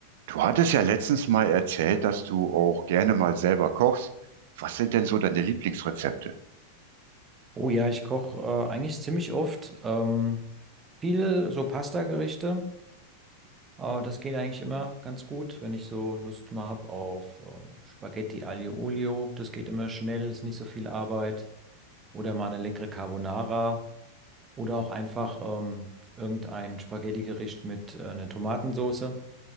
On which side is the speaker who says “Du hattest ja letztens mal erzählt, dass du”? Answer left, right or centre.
Right